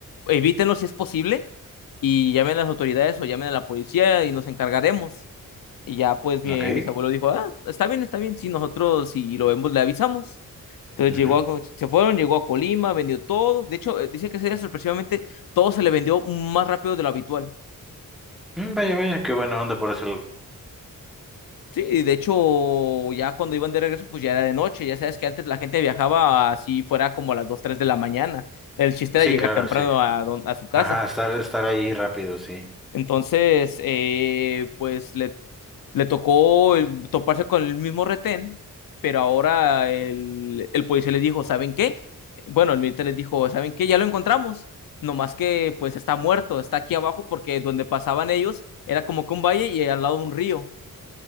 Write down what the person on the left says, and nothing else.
evítenlo si es posible y llamen a las autoridades o llamen a la policía y nos encargaremos. Y ya pues mi
bisabuelo dijo, ah, está bien, está bien, si nosotros si lo vemos le avisamos. Entonces
llegó a- se fueron, llegó a Colima, vendió todo. De hecho, eh, dice que ese día sorpresivamente todo se le vendió más rápido de lo habitual.
Sí, y de hecho, ya cuando iban de regreso, pues ya era de noche. Ya sabes que antes la gente viajaba así fuera como a las 2 3 de la mañana. El chiste
era llegar
temprano
a, don- a su casa.
Entonces, eh, pues le Le tocó eh, toparse con el mismo retén, pero ahora el, el policía les dijo, ¿saben qué? Bueno, el militar les dijo, ¿saben qué? Ya lo encontramos. No más que pues está muerto, está aquí abajo porque donde pasaban ellos era como que un valle y al lado un río.